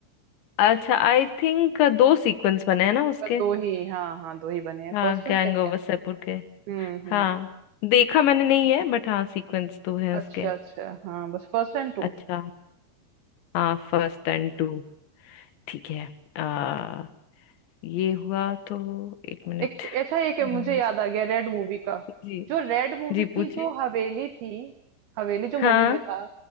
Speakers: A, on the left; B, on the right.
A: अच्छा आई थिंक दो सीक्वेंस बने हैं ना उसके
B: बस दो ही हाँ हाँ दो ही बने हैं
A: हाँ
B: फर्स्ट एंड
A: गैंग
B: सेकेंड
A: ऑफ वसेपुर के
B: हम्म
A: हाँ
B: हम्म
A: देखा मैंने नहीं है बट हाँ सीक्वेंस तो है उसके
B: अच्छा अच्छा हाँ बस फर्स्ट एंड टू
A: अच्छा हाँ फर्स्ट एंड टू ठीक है आ, ये हुआ तो एक मिनट
B: एक अच्छा एक
A: हम्म,
B: मुझे याद आ गया रेड मूवी का
A: जी
B: जो रेड मूवी
A: जी
B: की
A: पूछिए
B: जो हवेली थी हवेली जो मूवी
A: हाँ
B: में था